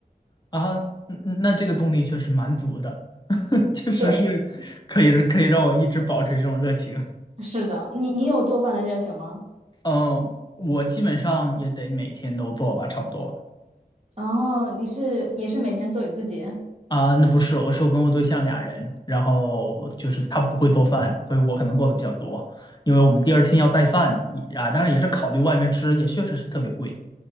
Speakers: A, on the left; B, on the right.
A: 啊。嗯嗯那这个动力确实蛮足的，<laughs> 确实是可以可以让我一直保持这种热情。
B: 对，是的，你你有做饭的热情吗？
A: 嗯，我基本上也得每天都做吧，差不多。
B: 哦，你是也是每天做给自己？
A: 啊，那不是，我是我跟我对象俩人，然后就是他不会做饭，所以我可能做的比较多，因为我们第二天要带饭啊，当然也是考虑外面吃，也确实是特别贵，